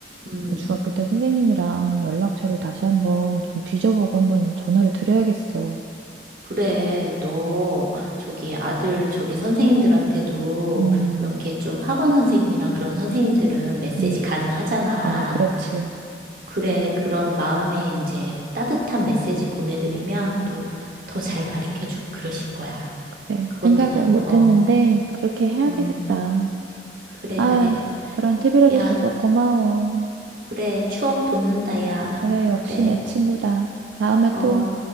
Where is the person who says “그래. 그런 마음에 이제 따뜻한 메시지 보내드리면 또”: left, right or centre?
Right